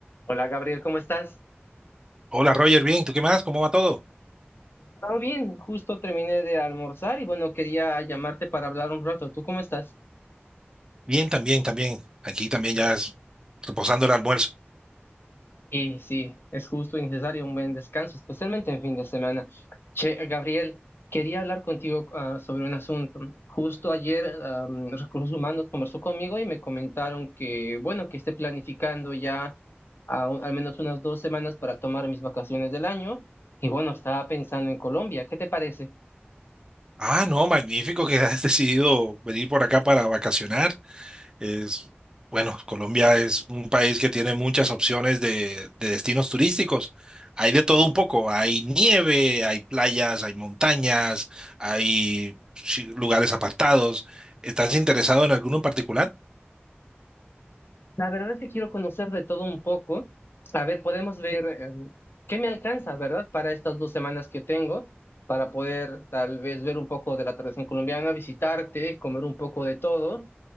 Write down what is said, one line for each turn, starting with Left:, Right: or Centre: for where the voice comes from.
Left: Hola Gabriel, ¿cómo estás?
Right: Hola Roger, bien, ¿tú qué más? ¿Cómo va todo?
Left: Todo bien, justo terminé de almorzar y bueno, quería llamarte para hablar un rato. ¿Tú cómo estás?
Right: Bien, también, también. Aquí también ya es reposando el almuerzo.
Left: Y sí, es justo y necesario un buen descanso, especialmente en fin de semana. Che, Gabriel, quería hablar contigo ah, sobre un asunto. Justo ayer am, Recursos Humanos conversó conmigo y me comentaron que, bueno, que esté planificando ya a un- al menos unas dos semanas para tomar mis vacaciones del año. Y bueno, estaba pensando en Colombia. ¿Qué te parece?
Right: Ah, no, magnífico que <laughs> has decidido venir por acá para vacacionar. Es, bueno, Colombia es un país que tiene muchas opciones de, de destinos turísticos. Hay de todo un poco. Hay nieve, hay playas, hay montañas, hay sí, lugares apartados. ¿Estás interesado en alguno en particular?
Left: La verdad es que quiero conocer de todo un poco. A ver, podemos ver em, qué me alcanza, ¿verdad? Para estas dos semanas que tengo, para poder tal vez ver un poco de la tradición colombiana, visitarte, comer un poco de todo